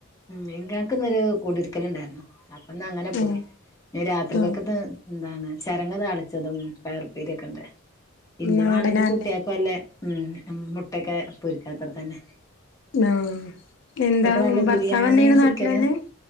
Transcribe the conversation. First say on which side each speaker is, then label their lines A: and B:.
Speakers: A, on the left; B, on the left.
A: ഉം ഇങ്കാക്ക് ഇന്നൊരു കുടിര്ക്കലുണ്ടായിരുന്നു അപ്പൊന്ന്ങ്ങനെ പോയി
B: ഉം
A: നി രാത്രിക്കേക്ക്ത്ത്
B: ആഹ്
A: എന്താണ് ചരങ്ങ താളിച്ചതും പയറുപ്പേരിയൊക്കെണ്ട് പിന്നെ
B: നാടനാല്ലേ
A: വേണെങ്കി കുട്ടിയക്കല്ലേ ഉം <unintelligible> മുട്ടക്കെ പൊരിക്കാത്രതന്നെ
B: ആഹ് എന്താ
A: നല്ല
B: ഭർത്താവ്
A: ബിരിയാണിയും
B: എന്തെയ്യാണ് നാട്ടിലന്നെ
A: ചിക്കനും